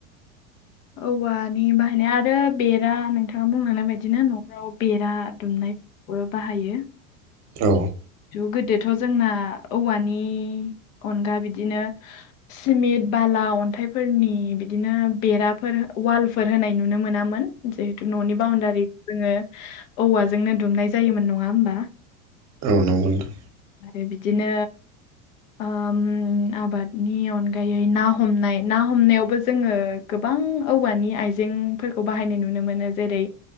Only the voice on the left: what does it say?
औवानि बाहायनाय आरो बेरा नोंथाङा बुंलांनाय बाददिनो न'खराव बेरा दुमनाय बाहायो।
ज गोदोथ' जोंना औवानि अनगा बिदिनो सिमेन्ट, बाला, अन्थाइफोरनि बिदिनो बेरा फोर वालफोर होनाय नुनो मोनामोन जिहेतु न'नि बाउण्डारि जोङो औवाजोंनो दुमनाय जायोमोन नङा होमबा
आरो बिदिनो ओम आबादनि अनगायै ना हमनाय ना हमनायावबो जोङो गोबां औवानि आइजेंफोरखौ बाहायनाय नुनो मोनो। जेरै,